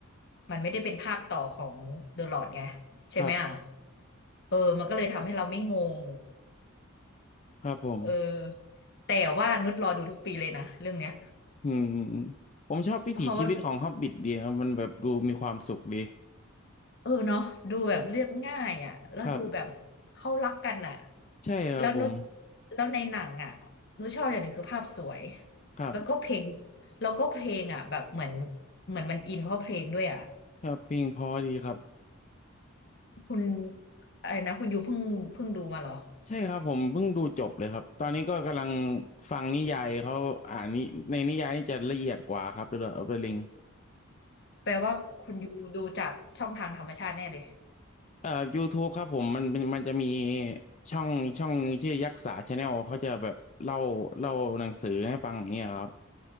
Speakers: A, on the left; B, on the left.
A: มันไม่ได้เป็นภาคต่อของเดอะลอ d ไงใช่ไหมอ่ะ
B: ครับ
A: เออมันก็เลยทำให้เราไม่งง
B: ครับผม
A: เออแต่ว่านุชรอดูทุกปีเลยนะเรื่องเนี้ย
B: อืมอืมอืมผมชอบวิถีชีวิตของฮอบบิทดีครับมันแบบดูมีความสุขดี
A: เพราะว่า เออเนาะดูแบบเรียบง่ายอ่ะแล้วดูแบบเขารักกันอ่ะ
B: ครับใช่ครับผม
A: แล้วนุชแล้วในหนังอ่ะนุชชอบอย่างหนึงคือภาพสวย
B: ครับ
A: แล้วก็เพลงแล้วก็เพลงอ่ะแบบเหมือนเหมือนมันอินเพราะเพลงด้วยอ่ะ
B: ครับเพลงเพอดีครับ
A: คุณอะไรนะคุณยูเพิ่งเพิ่งดูมาเหรอ
B: ใช่ครับผมเพิ่งดูจบเลยครับตอนนี้ก็กำลังฟังนิยายเขาอ่านน้ในนิยายนี่จะละเอียดกว่าครับ The Lord of the Ring
A: แปลว่าคุณยูดูจากช่องทางธรรมชาติแน่เลย
B: เอ่อ YouTube ครับผมมันมันมันจะมีช่องช่องหนึงชื่อยักษ์สาชาแนลเขาจะแบบเล่าเล่าหนังสือให้ฟังอย่างเงี้ยครับ